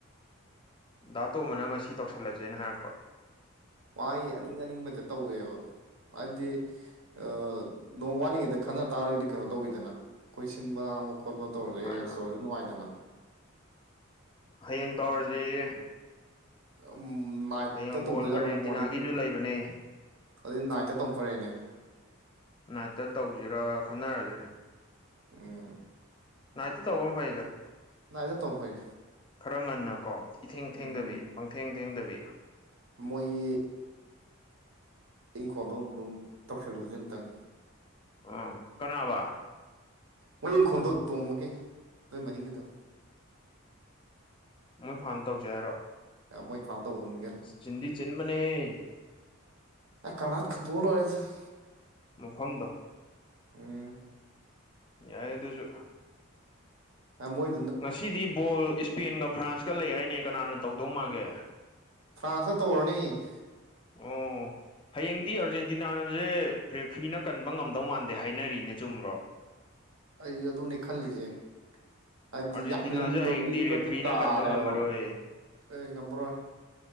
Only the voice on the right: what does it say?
ꯋꯥꯩ ꯑꯅꯤꯡ ꯑꯅꯤꯡꯕꯇ ꯇꯧꯋꯦꯕ ꯍꯥꯏꯗꯤ ꯑꯥ ꯅꯣꯡ ꯋꯥꯠꯂꯤꯉꯩꯗ ꯈꯟꯅ ꯇꯥꯔꯒꯗꯤ ꯀꯩꯅꯣ ꯇꯧꯋꯤꯗꯅ ꯑꯩꯈꯣꯏ ꯁꯤꯟꯕꯥ ꯂꯥꯡꯕ ꯈꯣꯠꯄꯣ ꯇꯧꯔꯁꯨ ꯑꯦꯔꯦꯟꯖ
ꯇꯧꯔꯁꯨ ꯅꯨꯡꯉꯥꯏꯗꯅ
<unintelligible>
ꯇꯧꯗꯣꯏꯖꯠꯂꯣ
ꯃꯣꯔꯅꯤꯡ
ꯑꯗꯨ ꯅꯥꯏꯠꯇ ꯇꯝ ꯐꯔꯦꯅꯦ
ꯎꯝ
ꯅꯥꯏꯠꯇ ꯇꯧ ꯐꯩ
ꯎꯝ
ꯃꯣꯏ ꯏꯪꯈꯣꯜꯗꯣꯝ ꯇꯧꯁꯜꯂꯨꯁꯦ ꯑꯃꯝꯇꯪ
ꯃꯡ ꯈꯣꯡꯗꯣꯛ ꯇꯣꯝꯃꯒꯦ ꯅꯣꯏ ꯃꯅꯤꯡꯒꯤꯗꯣ
ꯃꯣꯏ <unintelligible>
ꯑꯦ ꯀꯔꯅꯥꯠ <unintelligible>
ꯎꯝ
ꯑ ꯃꯣꯏ
ꯐ꯭ꯔꯥꯟꯁꯇ ꯇꯧꯔꯅꯤ
ꯑꯩ ꯑꯗꯨꯅꯦ ꯈꯜꯂꯤꯁꯦ ꯍꯥꯏꯗꯤ
ꯌꯥꯝ ꯂꯤꯡꯕ
ꯃꯤ ꯑꯃꯈꯛꯇ
ꯇꯥꯔꯦꯕ
ꯑꯦ ꯉꯝꯃꯔꯣꯏ